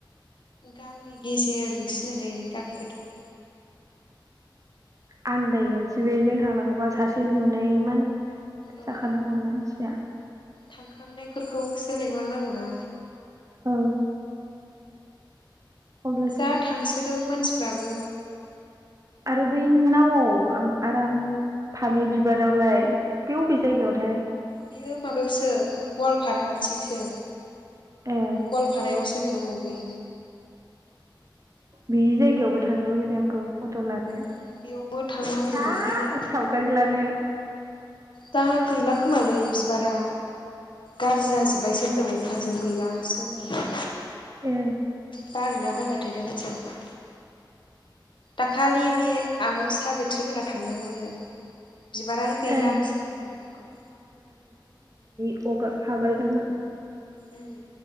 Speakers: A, on the left; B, on the right.
A: गामि गेजेरजोंसो नोलै गामि गोथौ। <inaudible>
B: आन्दायगोनसै बे जों थांनांगौबा सासे नुनाय मान
A: औ
B: जाखानांगौ मानसिया
A: थांखांनायफोरखौसो लिंलांनांगौ ना?
B: औ अब्लासो
A: जा थांसोदों मानसिफो फ्राबो।
B: आरो बै नावआव आराम फामि बिबारावलाय बे बबे जायगायावथाय?
A: बेयो माबायावसो गवालपारा आथिंसो
B: ए
A: गवालफारायावसो बिदिनो औ गै
B: बे जायगायावबो थांनो लुबैदों आंखौ। फट' लानो
A: उम बेयावबो थांनो फैदोंमोन
B: ह
A: गैया
B: सावगारि लानो
A: दा गैला खोमालै बिबारा गाज्रि जाजोब्बायसो होनदों अखाजों गैलासो होनदों
B: ए
A: बारोना बारलाथाय दा बायदियाव? दाखालि बे आब' सा बिथ्रिमोना थांदोंमोननो बिबारानो गैलासो
B: ए
A: हरदोंमोन आंखौ
B: <unintelligible> हाग्रोदोंमोन
A: उम